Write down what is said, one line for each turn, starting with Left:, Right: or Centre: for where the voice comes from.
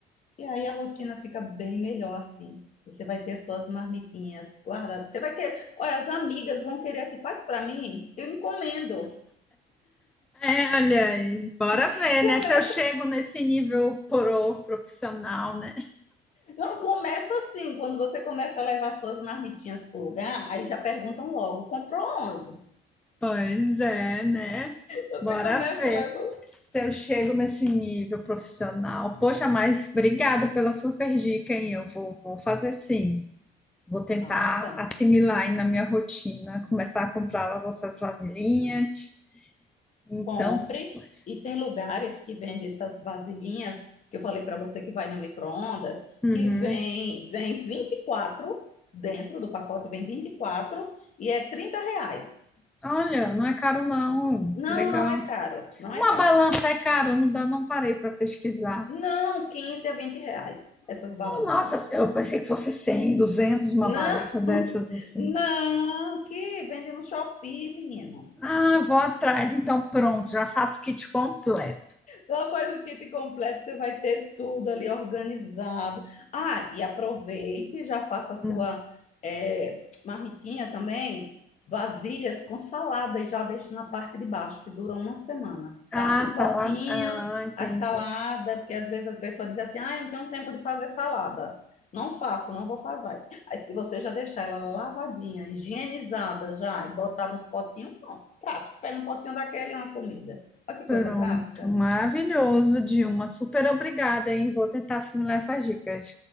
Left: E aí a rotina fica bem melhor assim. Você vai ter suas marmitinhas guardadas. Você vai querer. Olha, as amigas vão querer assim, faz para mim? Eu encomendo.
Centre: É, olha aí, bora
Left: <laughs>
Centre: ver,
Left: Começa,
Centre: né? Se eu chego nesse nível pro profissional, né?
Left: não começa assim. Quando você começa a levar suas marmitinhas pro lugar, aí já perguntam logo, comprou onde?
Centre: Pois é, né?
Left: Você
Centre: Bora
Left: começa
Centre: ver
Left: a levar.
Centre: se eu chego nesse nível profissional. Poxa, mas obrigada pela super dica, hein? Eu vou, vou fazer sim. Vou tentar
Left: Faça.
Centre: assimilar aí na minha rotina, começar a comprar as nossas vasilhinhas. Então,
Left: compre.
Centre: pois.
Left: E tem lugares que vendem essas vasilhinhas que eu falei para você que vai no micro-ondas,
Centre: Uhum.
Left: que vem, vem 24 dentro do pacote, vem vinte e quatro e é 30 reais.
Centre: Olha, não é caro não.
Left: Não,
Centre: Legal.
Left: não é caro, não
Centre: Uma
Left: é caro.
Centre: balança é caro, não dá, não parei para pesquisar.
Left: Não, 15 a 20 reais essas balanças.
Centre: Nossa, eu pensei que fosse 100, 200, uma
Left: Não,
Centre: balança dessas
Left: <laughs>
Centre: assim.
Left: não, que vende no Shopee, menina.
Centre: Ah, vou atrás. Então, pronto, já faço o kit completo.
Left: Ela faz o kit completo, você vai ter tudo ali organizado. Ah, e aproveite, já faça a sua
Centre: Hum.
Left: é, marmitinha também, vasilhas com salada e já deixa na parte de baixo, que dura uma semana,
Centre: Ah,
Left: tá? Em
Centre: salada.
Left: potinhos,
Centre: Ah, entendi.
Left: a salada, porque às vezes a pessoa diz assim, ah, eu não tenho tempo de fazer salada. Não faço, não vou fazer. Aí se você já deixar ela lavadinha, higienizada já, e botar nos potinhos, pronto. Prático, pega um potinho daquele e uma comida. Olha que
Centre: Pronto,
Left: coisa prática.
Centre: maravilhoso, Dilma. Super obrigada, hein? Vou tentar assimilar essas dicas.